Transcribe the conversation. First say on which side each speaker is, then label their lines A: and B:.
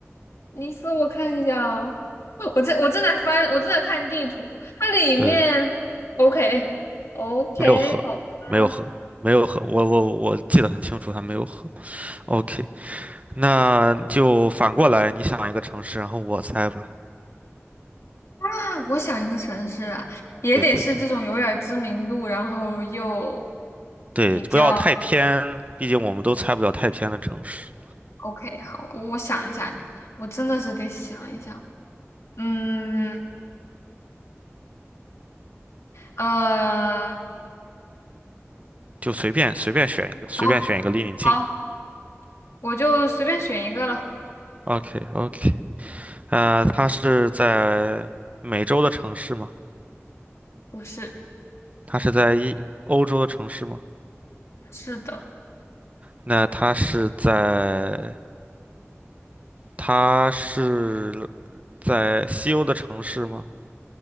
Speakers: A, on the left; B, on the right.
A: 尼斯，我看一下哦。哦我正我正在翻，我正在看地图，它里面
B: 对，
A: OK OK
B: 没有河，
A: 好吧。
B: 没有河，没有河。我我我记得很清楚，它没有河。OK，那就反过来，你想一个城市，然后我猜吧。
A: 啊，我想一个城市啊，也得是这种有点儿知名度，
B: 对对对
A: 然后又
B: 对，
A: 比较
B: 不要太偏，毕竟我们都猜不了太偏的城市，
A: OK。好，我我想一下，我真的是得想一想。嗯，呃，
B: 就随便随便选一个，随便选一个离你近的。
A: 好好，我就随便选一个了。
B: OK OK，呃，它是在美洲的城市吗？
A: 不是，
B: 它是在一欧洲的城市吗？
A: 是的，
B: 那它是在它是在西欧的城市吗？